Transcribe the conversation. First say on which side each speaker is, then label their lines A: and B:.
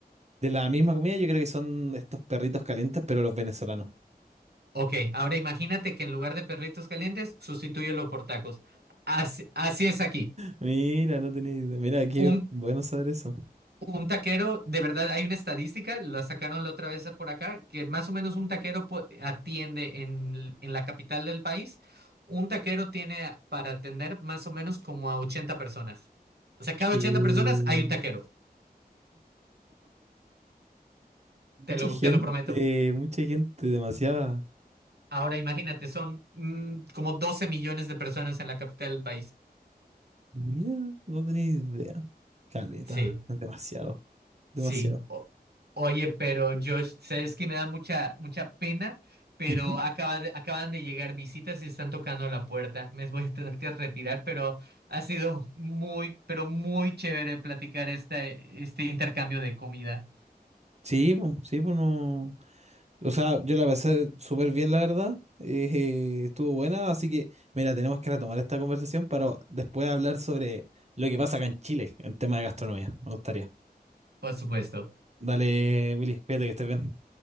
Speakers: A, on the right; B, on the right.
A: De la misma comida, yo creo que son estos perritos calientes, pero los venezolanos.
B: Ok, ahora imagínate que en lugar de perritos calientes, sustitúyelo por tacos. Así, así es aquí.
A: Mira, no tenía idea. Mira, qué
B: Un,
A: bueno saber eso.
B: un taquero, de verdad, hay una estadística, la sacaron la otra vez por acá, que más o menos un taquero po- atiende en, en la capital del país, un taquero tiene para atender más o menos como a 80 personas. O sea, cada
A: Que...
B: 80 personas hay un taquero, te
A: Mucha
B: lo,
A: gente,
B: te lo prometo.
A: mucha gente, demasiada.
B: Ahora imagínate, son mm, como 12 millones de personas en la capital del país.
A: Mira, no tenía idea. Caleta,
B: Sí.
A: demasiado, demasiado.
B: Sí, o- oye, pero Josh, sabes que me da mucha, mucha pena, pero
A: Ujú.
B: acaba de- acaban de llegar visitas y están tocando la puerta. Me voy a tener que retirar, pero ha sido muy, pero muy chévere platicar esta- este intercambio de comida,
A: Sí, pues, sí, pues no. O sea, yo la pasé súper bien, la verdad. Eh, eh, estuvo buena, así que, mira, tenemos que retomar esta conversación para después hablar sobre lo que pasa acá en Chile en tema de gastronomía. Me gustaría.
B: por supuesto.
A: Dale, Willy, cuídate que estés bien.